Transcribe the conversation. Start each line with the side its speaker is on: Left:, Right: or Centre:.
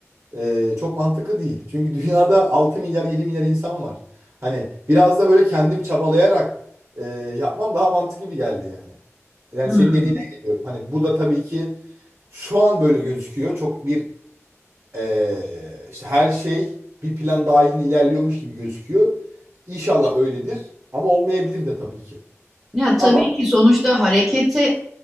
Right: e, çok mantıklı değil. Çünkü <laughs> dünyada altı milyar 7 milyar insan var. Hani biraz da böyle kendim çabalayarak e, yapmam daha mantıklı gibi geldi yani. Yani
Centre: Hmm.
Right: senin dediğine geliyorum. Hani bu da tabii ki Şu an böyle gözüküyor. Çok bir eee, işte her şey bir plan dahilinde ilerliyormuş gibi gözüküyor. İnşallah öyledir. Ama olmayabilir de tabii ki.
Centre: Ya
Right: Ama
Centre: tabii ki sonuçta harekete